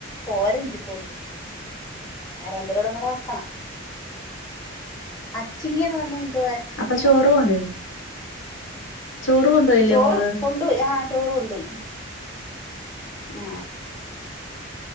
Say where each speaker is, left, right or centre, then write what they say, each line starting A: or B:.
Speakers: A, on the left; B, on the left.
A: പോരല്ലും ഒണ്ട് വേറെ എന്തേലും കൂടെ വെക്കണം അച്ചിങ്ങ എന്ന് പറഞ്ഞ എന്തുവാ അച്ചിങ്ങ
B: അപ്പൊ ചോറ് കൊണ്ടില്ലേ ചോറ് കൊണ്ടുപോയില്ലേ
A: ചോറ്
B: മോള്
A: കൊണ്ടുപോയി ആഹ ചോറ് കൊണ്ടൊയി ആ